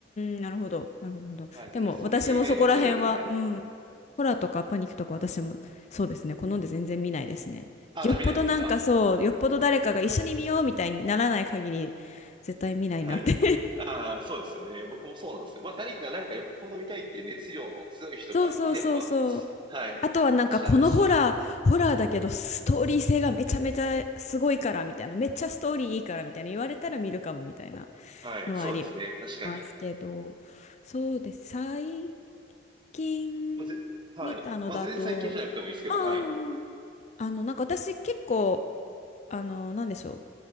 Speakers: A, on the left; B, on the right.
A: ん、なるほど。なるほど。なるほどでも、
B: はい。なんで、それ以外のジャンルで、
A: 私もそこら辺は、
B: はい。
A: うん。ホラーとかパニックとか私も、そうですね。好んで全然見ないですね。
B: ああ、
A: よっぽどなんかそう、
B: 見ないんですか
A: よっぽど誰かが一緒に見ようみたいにならない限り、
B: はい。
A: 絶対見ないなって
B: はい。ああ、そうですよね。いや僕もそうなんですよ。まあ、誰かがなんかよっぽど見たいっていう熱量の強い人がいれば、
A: <laughs> そうそうそうそう。
B: はい。
A: あとはなんかこのホラー、
B: まあ、しゃあなし。
A: ホラーだけどストーリー性がめちゃめちゃすごいからみたいな、めっちゃストーリーいいからみたいな言われたら見るかもみたいな
B: はい。
A: のはあり
B: そうですね。確かに。
A: ますけど、そうです。最近見たのだと、
B: まあ、ぜ、はい。まあ、全然最近じゃなくてもいいですけど、
A: ああ、
B: はい。
A: あああの、なんか私結構、あの、なんでしょ